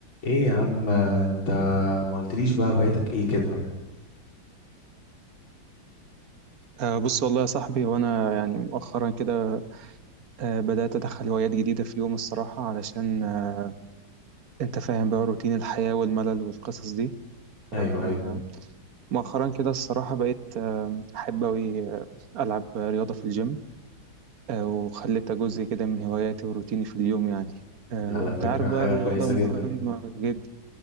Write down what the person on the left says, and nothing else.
ايه يا عم انت ما قلتليش بقى هواياتك ايه كده
ايوه
ايوه
دي على
فكرة
حاجة
كويسة
جدا